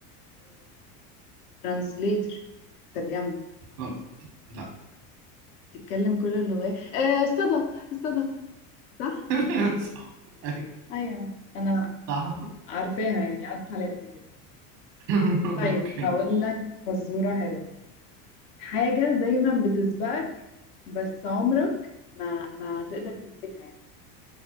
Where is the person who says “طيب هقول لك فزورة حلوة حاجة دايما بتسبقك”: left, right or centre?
Left